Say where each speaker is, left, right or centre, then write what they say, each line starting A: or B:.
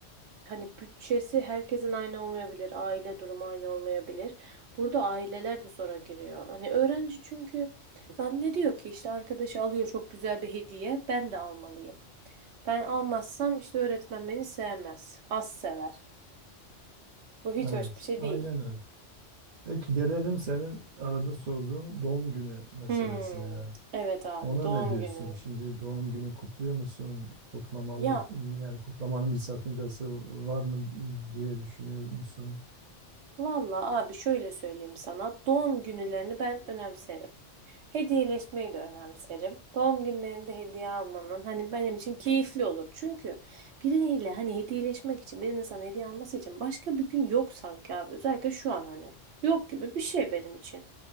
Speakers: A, on the right (about 70°); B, on the right (about 50°).
A: hani bütçesi herkesin aynı olmayabilir, aile durumu aynı olmayabilir. Burada aileler de zora giriyor. Hani öğrenci çünkü zannediyor ki işte arkadaşı alıyor çok güzel bir hediye, ben de almalıyım. Ben almazsam işte öğretmen beni sevmez, az sever. Bu hiç
B: Evet,
A: hoş bir şey
B: aynen
A: değil.
B: öyle. Peki gelelim senin arada sorduğun doğum günü meselesine.
A: Hmm, evet abi
B: Ona
A: doğum
B: ne diyorsun?
A: günü.
B: Şimdi doğum günü kutluyor musun? Kutlamalı
A: Ya
B: yani kutlamanın bir sakıncası var mı diye düşünüyor musun?
A: Vallahi abi şöyle söyleyeyim sana. Doğum günlerini ben önemserim. Hediyeleşmeyi de önemserim. Doğum günlerinde hediye almanın hani benim için keyifli olur. Çünkü biriyle hani hediyeleşmek için birinin sana hediye alması için başka bir gün yok sanki abi. Özellikle şu an hani yok gibi bir şey benim için.